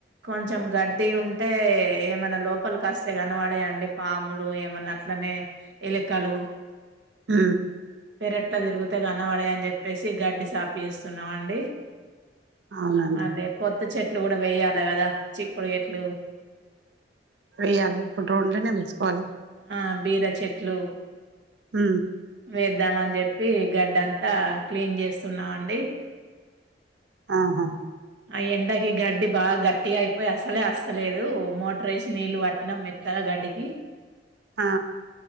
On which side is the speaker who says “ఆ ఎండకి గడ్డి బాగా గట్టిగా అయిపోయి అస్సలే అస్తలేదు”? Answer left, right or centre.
Right